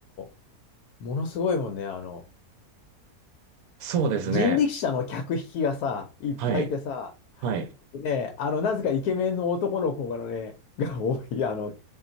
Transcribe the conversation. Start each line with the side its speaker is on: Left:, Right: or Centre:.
Left: ーものすごいもんね、あの、
Right: そうですね。
Left: 人力車の客引きがさ、いっぱいいてさ、
Right: はい。はい。
Left: ね、あの、なぜかイケメンの男の子がね、が多い、あの、